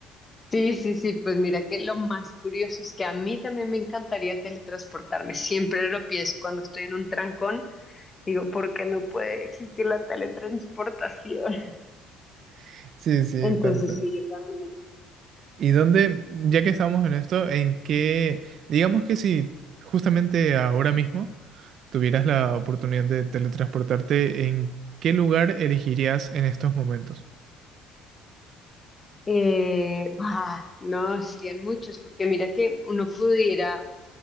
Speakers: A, on the left; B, on the right.
A: Sí, sí, sí, pues mira que lo más curioso es que a mí también me encantaría teletransportarme. Siempre lo pienso cuando estoy en un trancón. Digo, porque no puede existir la teletransportación. <laughs>
B: <laughs> Sí, sí,
A: Entonces,
B: tanto.
A: sí, yo también.
B: ¿Y dónde, ya que estamos en esto, en qué, digamos que si justamente ahora mismo tuvieras la oportunidad de teletransportarte, ¿en qué lugar elegirías en estos momentos?
A: Eh, bah, no, serían muchos, porque mira que uno pudiera,